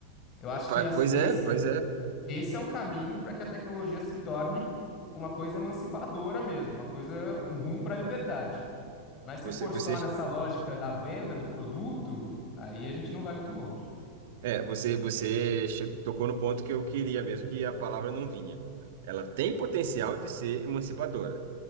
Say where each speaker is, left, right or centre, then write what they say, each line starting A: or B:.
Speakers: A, on the left; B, on the right.
A: Eu acho
B: Pa-
A: que as-
B: Pois
A: esse
B: é, pois é.
A: esse é um caminho para que a tecnologia se torne uma coisa emancipadora mesmo, uma coisa, um rumo para a liberdade. Mas
B: Você,
A: se for
B: você
A: só nessa lógica da venda do produto, aí a gente não vai muito longe.
B: É, você, você che- tocou no ponto que eu queria mesmo, que a palavra não vinha. Ela tem potencial de ser emancipadora,